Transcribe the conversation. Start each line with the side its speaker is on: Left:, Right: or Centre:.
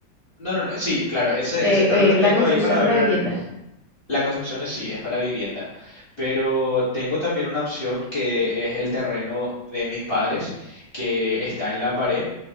Left: no, no, no, sí, claro, ese,
Right: eh,
Left: ese terreno
Right: eh,
Left: tengo
Right: la construcción
Left: ahí para
Right: para
Left: ver,
Right: vivienda.
Left: la construcción es- sí es para vivienda, pero tengo también una opción que es el terreno de mis padres que está en Lambaré